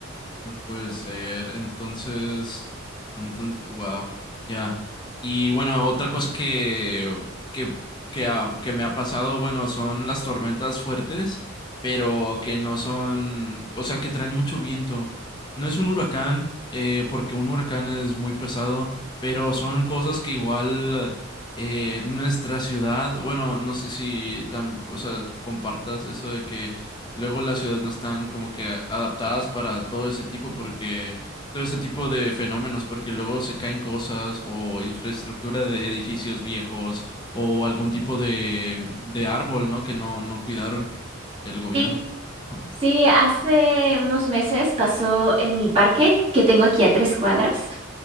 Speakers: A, on the left; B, on the right.
A: No puede ser. Entonces, entonces, wow, ya. Y bueno, otra cosa que, que, que, ha- que me ha pasado, bueno, son las tormentas fuertes, pero que no son, o sea, que traen mucho viento. No es un huracán, eh, porque un huracán es muy pesado, pero son cosas que igual eh, nuestra ciudad, bueno, no sé si tam- o sea, compartas eso de que Luego las ciudades no están como que a- adaptadas para todo ese tipo porque todo ese tipo de fenómenos porque luego se caen cosas o infraestructura de edificios viejos o algún tipo de de árbol, ¿no? Que no no cuidaron el gobierno.
B: Sí,
A: Ajá.
B: Sí, hace unos meses pasó en mi parque que tengo aquí a tres cuadras.